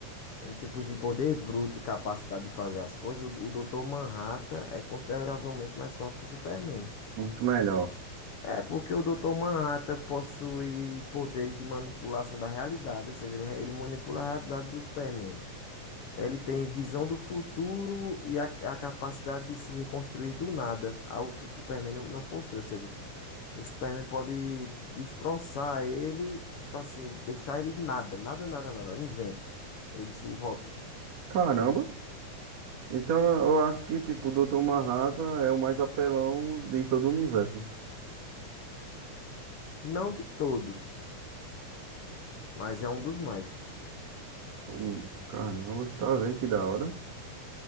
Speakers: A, on the left; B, on the right.
A: em tipos de poder bruto e capacidade de fazer as coisas, o, o Dr. Manhattan é consideravelmente mais forte que o Superman.
B: Muito melhor.
A: É, porque o Dr. Manhattan possui poderes de manipulação da realidade, ou seja, ele, ele manipula a realidade do Superman. Ele tem visão do futuro e a, a capacidade de se reconstruir do nada, algo que o Superman não, não possui. Ou seja, o Superman pode destroçar ele, tipo assim, deixar ele nada, nada, nada, nada, um vento. Ele se volta.
B: Caramba! Então eu acho que, tipo, o Dr. Manhattan é o mais apelão de todo o universo.
A: Não de todos, mas é um dos mais.
B: Hum, caramba, tá vendo que da hora?